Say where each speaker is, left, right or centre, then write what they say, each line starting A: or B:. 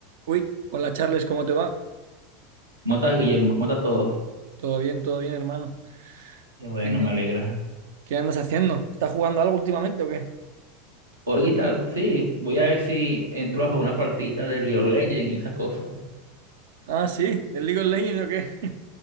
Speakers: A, on the right; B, on the right.
A: Uy, hola Charles, ¿cómo te va?
B: Mota a Guillermo, mota a todos.
A: Todo bien, todo bien, hermano.
B: Qué bueno,
A: ¿Qué,
B: me alegra.
A: qué andas haciendo? ¿Estás jugando algo últimamente o qué?
B: Ahorita sí, voy a ver si entro a una partidita de League of Legends y esas cosas.
A: Ah, sí, del League of Legends o qué.